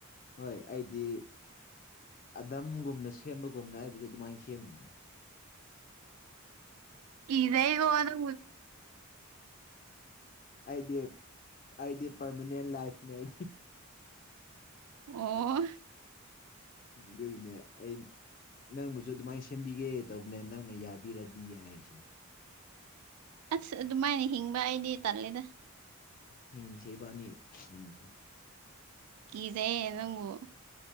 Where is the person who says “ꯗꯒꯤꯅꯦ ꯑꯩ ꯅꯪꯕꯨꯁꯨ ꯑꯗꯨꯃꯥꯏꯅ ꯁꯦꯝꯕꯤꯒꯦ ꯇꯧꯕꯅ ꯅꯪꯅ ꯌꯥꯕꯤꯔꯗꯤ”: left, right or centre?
Left